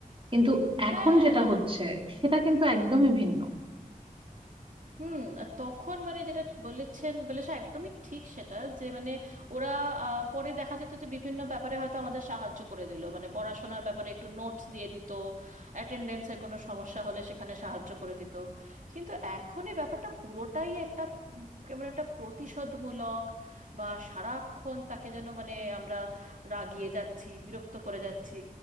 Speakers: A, on the right; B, on the right.
A: কিন্তু এখন
B: হ্যাঁ
A: যেটা
B: হ্যাঁ
A: হচ্ছে সেটা কিন্তু একদমই ভিন্ন
B: হুম আর তখন মানে যেটা বলেছেন বলেছে একদমই ঠিক সেটা যে মানে ওরা আহ, পরে দেখা যেত যে বিভিন্ন ব্যাপারে হয়তো আমাদের সাহায্য করে দিল মানে পড়াশোনার ব্যাপারে একটু নোটস দিয়ে দিত অ্যাটেন্ডেন্সের কোনো সমস্যা হলে সেখানে সাহায্য করে দিত কিন্তু এখন এই ব্যাপারটা পুরোটাই একটা উম, কেমন একটা প্রতিশোধমূলক বা সারাক্ষণ তাকে যেন মানে আমরা রাগিয়ে যাচ্ছি বিরক্ত করে যাচ্ছি